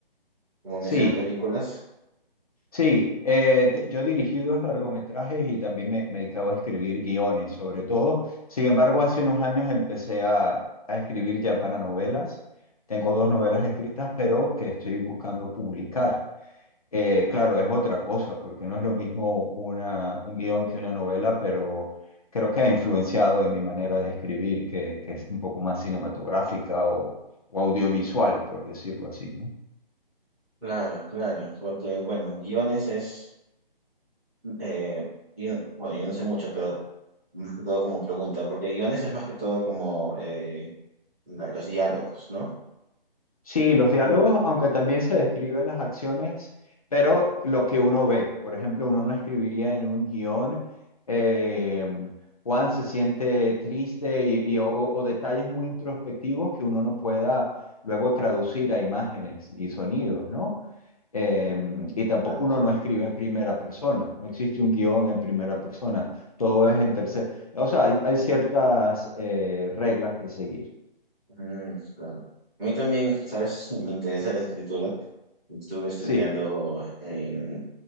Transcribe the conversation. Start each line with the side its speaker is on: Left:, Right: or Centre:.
Centre: como mencionas,
Left: Sí,
Centre: películas?
Left: Sí, eh, di- yo dirigí dos largometrajes y también me, me dedicaba a escribir guiones, sobre todo. Sin embargo, hace unos años empecé a, a escribir ya para novelas. Tengo dos
Centre: Mm,
Left: novelas escritas, pero que estoy buscando publicar. Eh, claro, es otra cosa, porque no es lo mismo una, un guión que una novela, pero creo que ha influenciado en mi manera de escribir, que, que es un poco más cinematográfica o, o audiovisual, por decirlo así, ¿no?
Centre: Claro, claro, porque bueno, guiones es, eh, yo- bueno, yo no sé mucho, pero más que todo como pregunta, porque guiones es más que todo como... eh, la- los diálogos, ¿no?
Left: Sí, los diálogos,
Centre: Ya.
Left: aunque también se describen las acciones, pero lo que uno ve, por ejemplo, uno no escribiría en un guión, eh, Juan se siente triste y, y- o, o- o detalles muy introspectivos que uno no pueda luego traducir a imágenes y sonidos, ¿no? Eh,
Centre: Mm,
Left: y tampoco
Centre: claro, claro.
Left: uno no escribe en primera persona, no existe un guión en primera persona, todo es en tercera, o sea, hay, hay ciertas eh, reglas que seguir.
Centre: Mm, claro. A mí también, ¿sabes? <laughs> Me interesa la escritura. Estuve estudiando
Left: Sí.
Centre: en